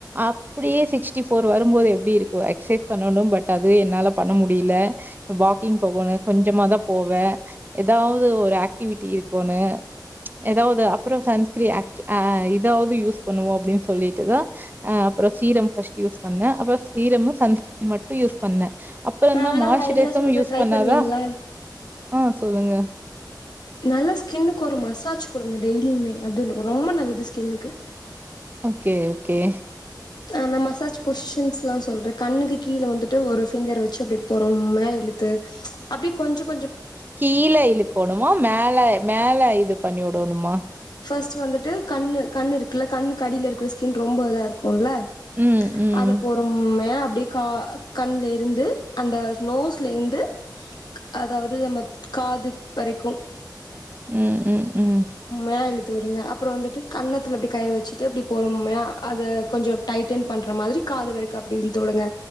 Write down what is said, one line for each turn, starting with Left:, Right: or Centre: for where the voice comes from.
Right: அப்டியே சிக்ஸ்டி ஃபோர் வரும்போது எப்படி இருக்கும் எக்ஸசைஸ் பண்ணணும் பட் அது என்னால பண்ண முடியல வாக்கிங் போகணும் கொஞ்சமா தான் போவேன் ஏதாவது ஒரு ஆக்டிவிட்டி இருக்கோணும் ஏதாவது அப்புறம் சன்ஸ்கிரீன் ஆக் இதாவது யூஸ் பண்ணுவோம் அப்படின்னு சொல்லிட்டு தான் அப்புறம் சீரம் ஃபர்ஸ்ட் யூஸ் பண்ணேன் அப்புறம் சீரமும் சன்ஸ்கரீன் மட்டும் யூஸ் பண்ணேன் அப்புறம்
Left: நான்
Right: தான்
Left: வேணா
Right: மாய்ஸ்சரைசரும்
Left: ஒரு ஐடியா சொல்றேன்
Right: யூஸ்
Left: ட்ரை
Right: பண்ணாதா?
Left: பண்வீங்களா
Right: ஆ சொல்லுங்க
Left: நல்லா ஸ்கின்னுக்கு ஒரு மசாஜ் குடுங்க டெய்லியுமே அது ரொம்ப நல்லது ஸ்கின்னுக்கு
Right: ஓகே ஓகே
Left: நான் மசாஜ் பொசிஷன்ஸ் எலாம் சொல்றேன் கண்ணுக்கு கீழே வந்துட்டு ஒரு ஃபிங்கர் வச்சு அப்படி பொறுமையா இழுத்து அப்படியே கொஞ்சம்
Right: கீழ இழுக்கோனுமா மேல மேல இது பண்ணி உடோணுமா
Left: ஃபஸ்ட்டு வந்துட்டு கண்ணு கண்ணு இருக்குல கண்ணுக்கு அடில இருக்குற ஸ்கின் ரொம்ப இதா இருக்கு க்குல
Right: ம், ம்.
Left: அத பொறுமையா அப் அப்டியே கா கண்ல இருந்து அந்த நோஸ்ல இருந்து அதாவது நம்ம காது வரைக்கும்
Right: ம் ம் ம்
Left: மேல இழுத்து விடுங்க அப்புறோ வந்துட்டு கண்ணத்துல அப்டி கை வெச்சுட்டு அப்டியே போற மாரி அத கொஞ்சோ டைட்டன் பண்ற மாதிரி காது வரைக்கு அப்டி இழுத்துடுங்க